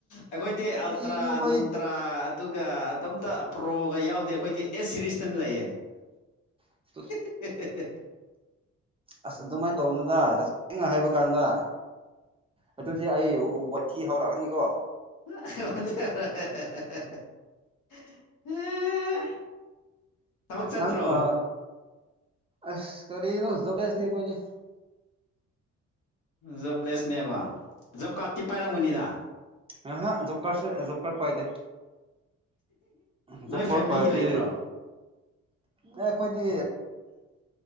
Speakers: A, on the left; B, on the right.
A: ꯑꯩꯈꯣꯏꯗꯤ
B: ꯀꯔꯤꯅꯣ
A: ꯑꯜꯇ꯭ꯔꯥ
B: ꯃꯣꯏ
A: ꯅꯨꯡ ꯑꯗꯨꯒ ꯑꯗꯨꯝꯇ ꯄ꯭ꯔꯣꯒ ꯌꯥꯎꯗꯦ ꯑꯩꯈꯣꯏꯗꯤ ꯑꯦꯁ ꯁꯤꯔꯤꯁꯇꯅ ꯂꯩꯌꯦ <unintelligible>
B: <unintelligible>
A: <unintelligible>
B: ꯑꯁ ꯑꯗꯨꯃꯥꯏꯅ ꯇꯧꯕꯅꯗ ꯇꯁꯦꯡꯅ ꯍꯥꯏꯕ ꯀꯥꯟꯗ ꯑꯗꯨꯗꯤ ꯑꯩ ꯋꯥꯊꯤ ꯍꯧꯔꯛꯀꯅꯤꯀꯣ
A: <unintelligible> ꯊꯕꯛ ꯆꯠꯇ꯭ꯔꯣ
B: ꯅꯪ ꯑ ꯑꯁ ꯀꯔꯤꯅꯣ <unintelligible> ꯑꯩꯈꯣꯏꯗꯤ
A: ꯖꯣꯕꯂꯦꯁꯅꯦꯕ ꯖꯣꯕ ꯀꯥꯔꯇꯤ ꯄꯥꯏꯔꯝꯒꯅꯤꯗ
B: ꯑ ꯍꯥ ꯖꯣꯞꯀꯁꯨ ꯖꯣꯞꯀ ꯄꯥꯏꯗꯦ ꯖꯣꯕ
A: ꯅꯣꯏ
B: ꯀꯥꯔꯠ
A: ꯐꯦꯃꯤꯂꯤꯒꯤ
B: ꯄꯥꯏꯔꯗꯤ
A: ꯂꯩꯇ꯭ꯔꯣ
B: ꯑꯦ ꯑꯩꯈꯣꯏꯗꯤ